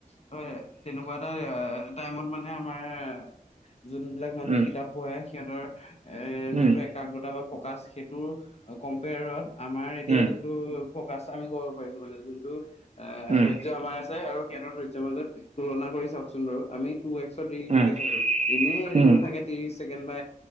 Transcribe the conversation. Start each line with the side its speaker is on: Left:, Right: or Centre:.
Left: ত তেনেকুৱা এটা টাইমত মানে আমাৰ যোনবিলাক মানুহে
Right: উম,
Left: কিতাপ পঢ়ে সিহঁতৰ এ
Right: উম,
Left: যোনটো একাগ্ৰতা বা ফকাচ সেইটোৰ কম্পেয়াৰত আমাৰ এতিয়া
Right: উম,
Left: যোনটো ফকাচ আমি কৰিব পাৰিছো মানে যোনটো
Right: উম,
Left: এ্ ধৈৰ্য্য আমাৰ আছে আৰু সিহতৰ ধৈৰ্য্যৰ মাজত তুলনা কৰি চাওকচোন বাৰু আমি টু এক্সত ৰিল
Right: উম,
Left: টোকে চাইছো, এনেই
Right: উম,
Left: ৰিলটো থাকে ত্ৰিশ ছেকেণ্ড বা